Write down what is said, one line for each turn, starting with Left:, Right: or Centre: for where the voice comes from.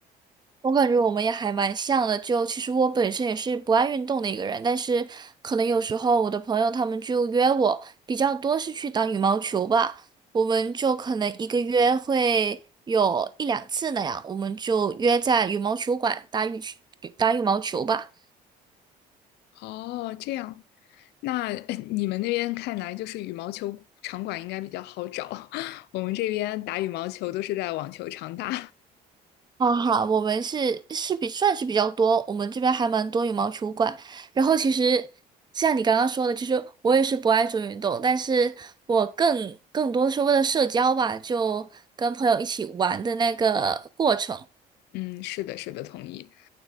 Right: 我感觉我们也还蛮像的，就其实我本身也是不爱运动的一个人，但是可能有时候我的朋友他们就约我，比较多是去打羽毛球吧，我们就可能一个月会有一两次那样，我们就约在羽毛球馆打羽打羽毛球吧。
Left: 哦，这样。那呃你们那边看来就是羽毛球场馆应该比较好找，<laughs> 我们这边打羽毛球都是在网球场打。
Right: 好好，我们是是比算是比较多，我们这边还蛮多羽毛球馆。然后其实像你刚刚说的，其实我也是不爱做运动，但是我更更多是为了社交吧，就跟朋友一起玩的那个过程。
Left: <laughs> 嗯，是的，是的，同意。